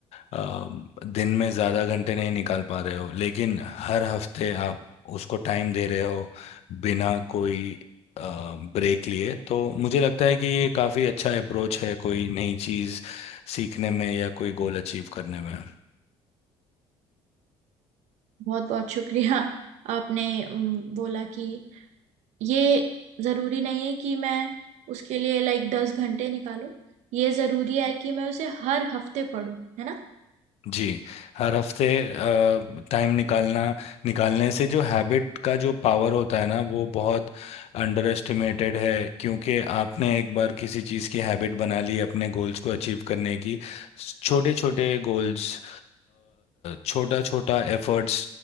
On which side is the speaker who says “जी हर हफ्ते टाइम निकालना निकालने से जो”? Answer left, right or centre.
Left